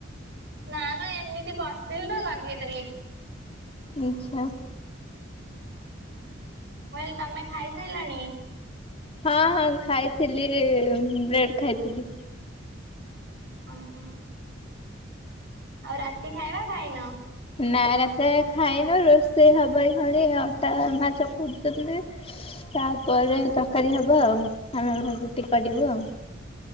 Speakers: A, on the right; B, on the left.
A: ନା ନା ଏମିତି ବସିଥିଲିତ ଲଗେଇଦେଲି।
B: ଉଁଚ୍ଛା।
A: ଉଁ ହୁଁ କହିଲି ତମେ ଖାଇସାରିଲଣି?
B: ହଁ ହଁ ଖାଇଥିଲି ବ୍ରେଡ ଖାଇଥିଲି।
A: ଅହ! ଆଉ ରାତି ଖାଇବା ଖାଇନ!
B: ନା ରାତିରେ ଖାଇନ ରୋଷେଇ ହବ ଏଇ କ୍ଷଣୀ ଏ ଅଟା ମା ଚକଡୁଚନ୍ତି! ତା ଉପରେ ତରକାରୀ ହବ ଆଉ! ଆମେ ଆମର ରୁଟି କରିବୁ ଆଉ!